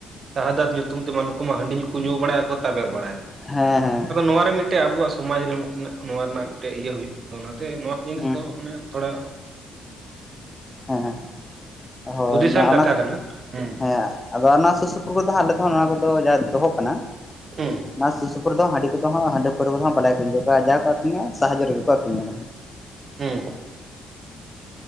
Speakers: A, on the right; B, on the left.
A: ᱥᱟᱦᱟᱫᱟᱨ ᱧᱩᱛᱩᱢ ᱛᱮᱢᱟ ᱱᱩᱠᱩ ᱢᱟ ᱦᱟᱺᱰᱤ ᱧᱩ ᱠᱚ ᱧᱩ ᱵᱟᱲᱟᱭ ᱟᱨᱠᱚ ᱛᱟᱵᱮᱨ ᱵᱟᱲᱟᱭ᱾
B: ᱦᱮᱸ ᱦᱮᱸ
A: ᱟᱫᱚ ᱱᱚᱣᱟ ᱨᱮ ᱢᱤᱜᱴᱮᱡ ᱟᱵᱚᱣᱟᱜ ᱥᱚᱢᱟᱡᱽ ᱨᱮ ᱢᱤᱴᱮ ᱱᱟᱜ ᱱᱚᱣᱟ ᱨᱮᱱᱟᱜ ᱢᱤᱫᱴᱮᱡ ᱤᱭᱟᱹ ᱦᱩᱭᱩᱜ ᱠᱟᱱᱟ ᱚᱱᱟᱛᱮ ᱱᱚᱣᱟ ᱡᱤᱱᱤᱥ
B: ᱦᱮᱸ
A: ᱫᱚ ᱚᱱᱮ ᱛᱷᱚᱲᱟ
B: ᱦᱮᱸ ᱦᱳᱭ
A: ᱦᱩᱫᱤᱥᱟᱱ
B: ᱱᱚᱜ ᱚᱱᱟ
A: ᱠᱟᱛᱷᱟ ᱠᱟᱱᱟ ᱦᱩᱸ
B: ᱦᱮᱸ᱾ ᱟᱫᱚ ᱱᱚᱣᱟ ᱥᱩᱨ ᱥᱩᱯᱩᱨ ᱠᱚᱫᱚ ᱦᱟᱸᱜ ᱟᱞᱮ ᱫᱚ ᱱᱚᱣᱟ ᱠᱚᱫᱚ ᱡᱟ ᱫᱚᱦᱚᱜ ᱠᱟᱱᱟ
A: ᱦᱩᱸ
B: ᱚᱱᱟ ᱥᱩᱨ ᱥᱩᱯᱩᱨ ᱫᱚ ᱦᱟᱸᱜ ᱦᱟᱺᱰᱤ ᱠᱚ ᱫᱚ ᱦᱟᱸᱜ ᱦᱟᱺᱰᱤ ᱯᱟᱹᱨᱩᱣᱟᱹᱭ ᱠᱚᱫᱚ ᱵᱟᱞᱮ ᱟᱹᱠᱨᱤᱧ ᱦᱚᱪᱚ ᱠᱚᱣᱟ ᱡᱟ ᱠᱚ ᱟᱹᱠᱨᱤᱧᱟ ᱥᱟᱦᱟ ᱧᱚᱜ ᱨᱮᱠᱚ ᱟᱹᱠᱨᱤᱧᱟ᱾
A: ᱦᱩᱸ